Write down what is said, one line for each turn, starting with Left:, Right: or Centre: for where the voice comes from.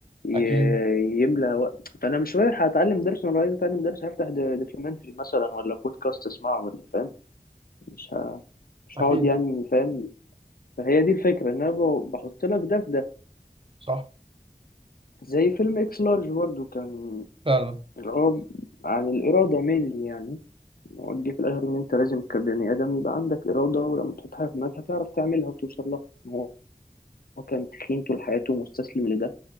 Left: ي-
Right: اكيد
Left: يملى وقت فانا مش رايح اتعلم درس انا عايز اتعلم درس هفتح دوكيومنتري مثلا ولا بودكاست اسمعه ولا فاهم مش ه... مش
Right: اكيد
Left: هقعد يعني فاهم فهي دي الفكرة ان انا ب- بحط لك ده في ده
Right: صح
Left: زي فيلم اكس لارج برضه كان
Right: فعلا
Left: اللي هو عن الإرادة مينلي يعني هو جه في الآخر إن أنت لازم كبني آدم يبقى عندك إرادة ولما تحط حاجة في دماغك هتعرف تعملها وتوصل لها إن هو هو كان تخين طول حياته ومستسلم لده